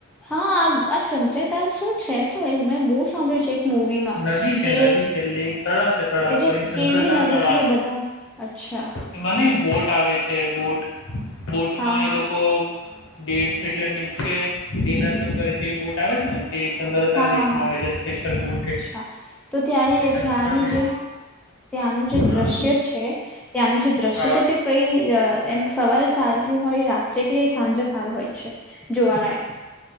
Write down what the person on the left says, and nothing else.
નદી છે
નદી છે એટલે એક તળાવ છે. તળાવ
સોરી ચંદ્રતાલ
તળાવ
છે
એમાંને બોટ આવે છે બોટ બોટમાં
એ લોકો ડેટ એટલે મીન્સ કે ડિનર નેવુ કર છે એવી બોટ આવે છે ને એ ચંદ્રતા
લેકમાં
આવે છે સ્પેશિયલ બોટ
એ ચંદ્રતાલ
લેક
હા
હા